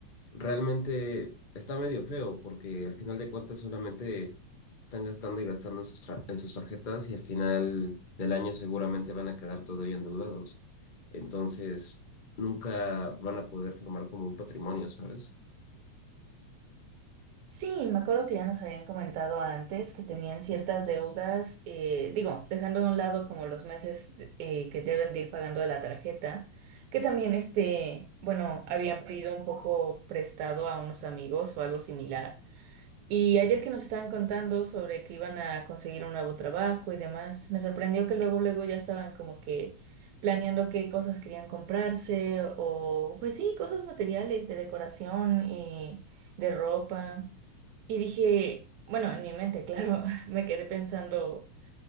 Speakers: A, on the left; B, on the right.
A: realmente está medio feo porque al final de cuentas solamente están gastando y gastando en sus, tra- en sus tarjetas y al final del año seguramente van a quedar todavía endeudados. Entonces, nunca van a poder formar como un patrimonio, ¿sabes?
B: Sí, me acuerdo que ya nos habían comentado antes que tenían ciertas deudas, eh, digo, dejando a un lado como los meses eh, que deben de ir pagando de la tarjeta, que también este, bueno, habían pedido un poco prestado a unos amigos o algo similar. Y ayer que nos estaban contando sobre que iban a conseguir un nuevo trabajo y demás, me sorprendió que luego, luego ya estaban como que planeando qué cosas querían comprarse o, pues sí, cosas materiales de decoración y de ropa. Y dije, bueno, en mi mente, claro, <laughs> me quedé pensando,